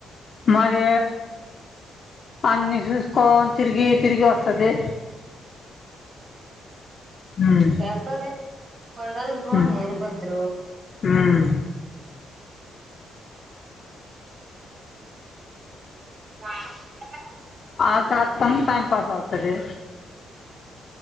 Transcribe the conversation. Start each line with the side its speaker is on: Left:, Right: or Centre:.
Left: మరి అన్ని చూసుకోని తిరిగి తిరిగి వస్తది ఉమ్
Right: వెళ్తది కొన్ని రోజులు బాగుంది
Left: ఉమ్ ఉమ్
Right: <unintelligible> <inaudible> <inaudible>
Left: ఆ తాతతోనే టైమ్ పాస్ అవుతాది